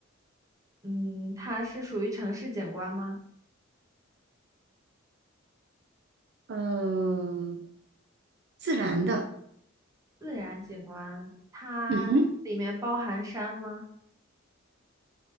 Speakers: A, on the right; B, on the right.
A: 嗯，它是属于城市景观吗？
B: 呃，自然的，
A: 自然景观，它里面包含山吗？
B: 嗯哼，